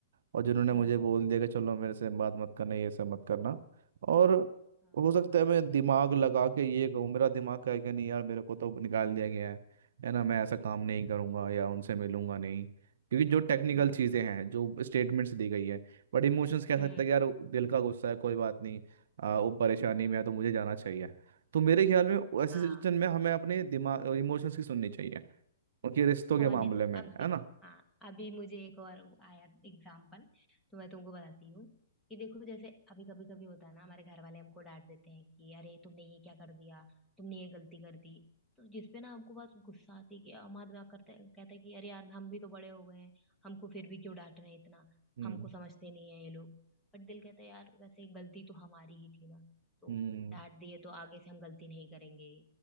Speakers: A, on the right (about 65°); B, in the centre.
A: और जिन्होंने
B: हम्म
A: मुझे बोल दिया कि चलो मेरे से बात मत करना ये सब मत करना और
B: हाँ,
A: हो सकता है मैं दिमाग लगा के ये कहूँ मेरा दिमाग कहे कि नहीं यार मेरे को तो निकाल दिया गया है है ना मैं ऐसा काम
B: हम्म
A: नहीं करूँगा या उनसे मिलूंगा नहीं क्योंकि जो टेक्निकल
B: हम्म
A: चीज़ें हैं जो स्टेटमेंट्स दी गई है बट इमोशंस कह
B: हम्म,
A: सकते हैं कि यार दिल का गुस्सा है कोई बात नहीं आ, वो परेशानी में है तो मुझे जाना चाहिए तो मेरे ख्याल में ऐसी
B: हाँ
A: सिचुएशन में हमें अपने दिमाग इमोशंस की सुननी चाहिए उनके रिश्तों के
B: और
A: मामले
B: नहीं तो
A: में है
B: अभी
A: ना
B: हाँ अभी मुझे एक और वो आया एग्जाम्पल तो मैं तुमको बताती हूँ कि देखो जैसे अभी कभी कभी होता है ना हमारे घर वाले हमको डांट देते हैं कि अरे तुमने ये क्या कर दिया तुमने ये गलती कर दी तो जिसपे ना हमको बस गुस्सा आती है कि हम आदमी करते कहता है कि अरे यार हम भी तो बड़े हो गए हैं हमको फिर भी क्यों डांट रहे हैं इतना
A: हम्म
B: हमको समझते नहीं है ये लोग बट दिल कहता है यार वैसे गलती तो हमारी ही थी ना तो
A: हम्म
B: डांट दिए तो आगे से हम गलती नहीं करेंगे